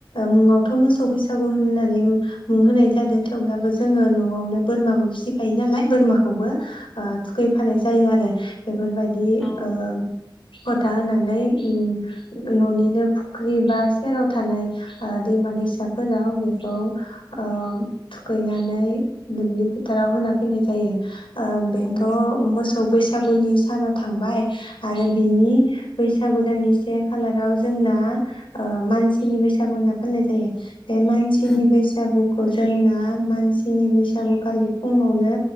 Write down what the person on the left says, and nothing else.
मुङावथ' मोसौ बैसागु होननानै मुं होनाय जादों थेवब्लाबो जोङो न'आवनो बोरमाबो फिसिफायो नालाय बोरमाखौबो ओ थुखैफानाय जायो आरो। <inaudible> बेफोरबायदि
ओ फथा होनानै ओम न'निनो फुख्रि बा सेराव थानाय ओ दैमा दैसाफोराव बेखौ ओ थुखैनानै दुब्लि फोथाराव होना फैनाय जायो। ओ बेथ'
मोसौ बैस सागुनि साना थांबाय आरो बिनि बैसागु दाननि से खालाराव जोंना ओ मानसिनि बैसागु होनना फालिनाय जायो। बे मानसिनि
बैसागु खौ जोंनो आ मानसिनि बैसागुखालि फुङावनो